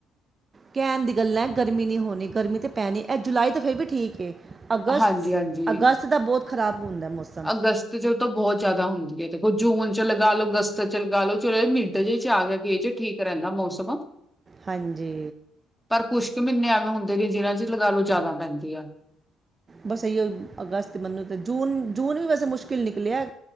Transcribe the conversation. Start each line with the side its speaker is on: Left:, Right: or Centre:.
Right: ਕੈਂਣ ਦੀ ਗੱਲਾਂ ਗਰਮੀ ਨੀ ਹੋਣੀ ਗਰਮੀ ਤੇ ਪੈਣੀ ਐ ਜੁਲਾਈ ਤੇ ਫਿਰ ਵੀ ਠੀਕ ਏ। ਅਗਸਤ-ਅਗਸਤ
Centre: ਹਾਂਜੀ ਹਾਂਜੀ
Right: ਦਾ ਬੋਤ ਖਰਾਬ ਹੁੰਦੈ ਮੌਸ
Centre: ਅਗਸਤ ਤ ਜਬ ਤੋ ਬੋਤ ਜਾਦਾ ਹੁੰਦੀ ਏ ਦੇਖੋ ਜੂਨ 'ਚ ਲਗਾ ਲੋ ਅਗਸਤ 'ਚ ਲਗਾ ਲੋ ਚਲੋ ਇਹ ਮਿੰਟ ਜ ਐਦੇ 'ਚ ਆ ਗਿਆ ਕਿ ਏ 'ਚ ਠੀਕ ਰੈੰਦਾ ਮੌਸਮ
Right: ਹਾਂਜੀ।
Centre: ਪਰ ਕੁੱਛ ਕ ਮ੍ਹੀਨੇ ਐਵੇਂ ਹੁੰਦੇ ਨੇ ਜਿਨਾਂ 'ਚ ਲਗਾ ਲੋ ਜਾਦਾ ਪੈਂਦੀ ਆ।
Right: ਬਸ ਅਈਉ ਅਗਸਤ ਮੰਨੋ ਤੇ ਜੂਨ-ਜੂਨ ਵੀ ਵੈਸੇ ਮੁਸ਼ਕਿਲ ਨਿਕਲਿਐ।